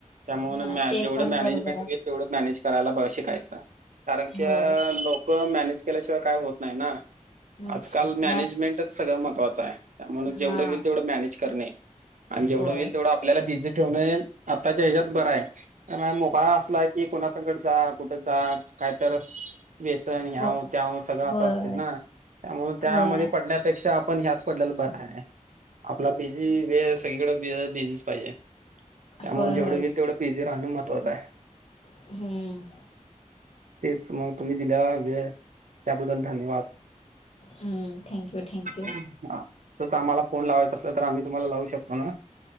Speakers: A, on the right; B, on the left.
A: त्यामुळे
B: हा
A: न
B: ते
A: जेवढं
B: पण
A: मॅनेजमेंट
B: बरोबर आहे
A: होईल तेवढं मॅनेज करायला शिकायचं. कारण की,
B: हो
A: लोकं मॅनेज केल्याशिवाय काय होत नाही ना?
B: हम्म
A: आजकाल मॅनेजमेंटच
B: आणि आत
A: सगळं महत्त्वाचंय, त्यामुळे
B: हां
A: जेवढं होईल तेवढं मॅनेज करणंय. आन जेवढं
B: होय.
A: होईल तेवढं आपल्याला बिझी ठेवणंय आत्ताच्या हेज्यात बरंय, कार मुभा असला की कुणा सकट जा, कु जा अन काय तर बेसन ह्याव
B: हो
A: त्याव सगळं असं
B: होय,
A: असतंय ना? त्यामुळे त्यामध्ये
B: होय,
A: पडण्यापेक्षा आपण ह्यात पडल तर बरंय, आपला बीझी वेळ सगळीकडे <unintelligible> दिलीच पाहिजे. त्यामुळे
B: होय,
A: जेवढं
B: होय
A: होईल तेवढं बीझी राहणं महत्त्वाचंय.
B: हम्म.
A: तेच मग तुम्ही दिल्याला वेळ त्याबद्दल धन्यवाद.
B: हम्म थँक्यू, थँक्यू
A: हा असंच आम्हाला फोन लावायचा असलं तर आम्ही तुम्हांला लावू शकतो ना?